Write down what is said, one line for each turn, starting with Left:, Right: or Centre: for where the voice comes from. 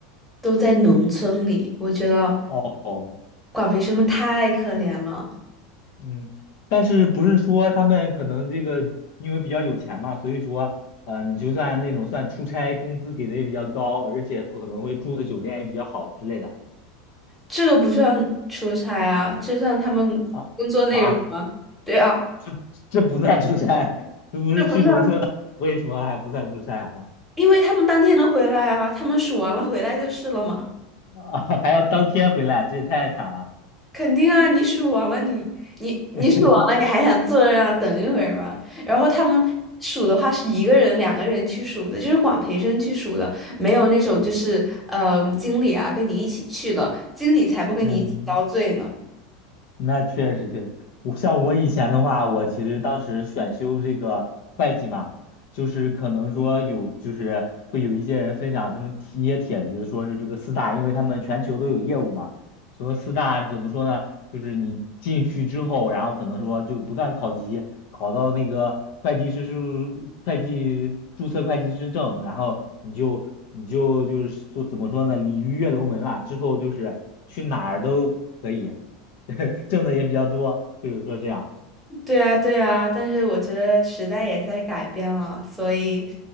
Centre: 都在农村里，我觉得
Left: 哦，
Centre: 管培生们太可怜了。
Left: 嗯，但是不是说他们可能这个因为比较有钱嘛，所以说，呃，你就算那种算出差，工资给的也比较高，而且可能会住的酒店也比较好之类的。
Centre: 这个不算出差啊，这算他们工作内容啊。
Left: 啊啊，
Centre: 对啊。
Left: 这这不算出差，<laughs> 这不是去农村了，
Centre: 是不是
Left: 为什么还不算出差啊？
Centre: <laughs>？因为他们当天能回来啊，他们数完了回来就是了嘛。
Left: <laughs> 啊，还要当天回来，这也太惨了。
Centre: 肯定啊，你数完了你，你你数完了，
Left: <laughs>
Centre: 你还想坐在那啊？等一会儿吗？然后他们数的话是一个人、两个人去数的，就是管培生去数的，没有那种就是呃经理啊跟你一起去的，经理才不跟你一起遭罪呢。
Left: 嗯。那确实确实，我像我以前的话，我其实当时选修这个会计嘛，就是可能说有，就是会有一些人分享他们一些帖子，说是这个四大，因为他们全球都有业务嘛，说四大怎么说呢？就是你进去之后，然后可能说就不断考级，考到那个会计师事务会计注册会计师证，然后你就你就就是说怎么说呢？鲤鱼跃龙门了，之后就是去哪儿都可以。<laughs> 挣的也比较多，比如说这样，
Centre: 对啊，对啊，但是我觉得时代也在改变了，所以